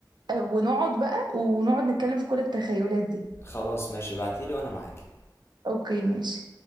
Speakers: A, on the right; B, on the left.
A: آه، ونقعد بقى ونقعد نتكلم في كل التخيلات دي
B: خلاص ماشي بعتيلي وانا معاكي
A: أوكي ماشي